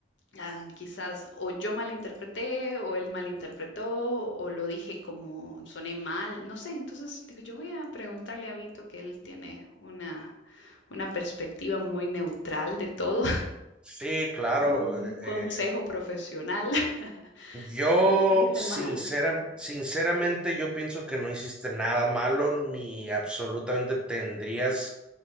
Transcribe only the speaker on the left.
ah, quizás o yo malinterpreté o él malinterpretó o lo dije como soné mal, no sé. Entonces digo, yo voy a preguntarle a Vito que él tiene una, una perspectiva muy neutral de todo
como un consejo
profesional. <laughs>
sí, sí hice
mal.